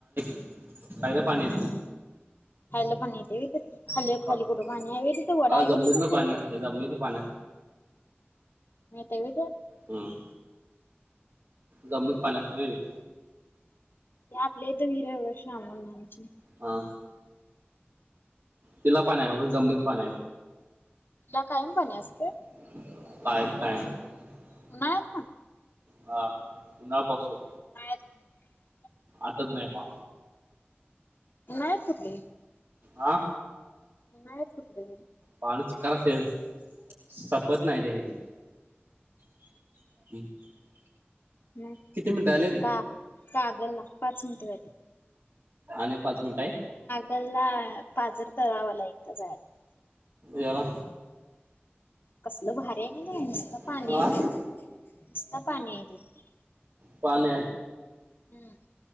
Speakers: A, on the right; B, on the left.
A: खालनं पाणी
B: हॅलो बनथे ते खाली
A: येत
B: खाली कुठं पाणी आहे तिथे वडा आहे
A: जमिनीतलं
B: तिथे खाली?
A: पाणी असते जमिनीतलं पाणी
B: येतय व्हय त्यात?
A: हम् जमनीत पाणी असत नाही का?
B: या आपलेेत वीरे वर्ष आ म्हणायची
A: हा तिला पाण आहे जमनीत पाणी
B: तुलाा कायम पाणी अस
A: <inaudible>
B: उन्हाळ्यात पण?
A: हा उन्हा पासू
B: <inaudible>
A: आठवत नाही का?
B: ह कुठले
A: हा
B: म नायच कुठले
A: पाणी चिकार <unintelligible> संपत नाही त्या इथून <inaudible>
B: म
A: किती मिनिटं आलेत
B: का कागला पाच मिनटं झाली.
A: आणि पाच मिनिट आहे.
B: मला पाजर तळावांला एकदा जाय
A: याला
B: कसल भारी आहे का नाही नुसत पाणी
A: हा
B: आहे नुसत पाणी आहे तित
A: पाणी
B: हूं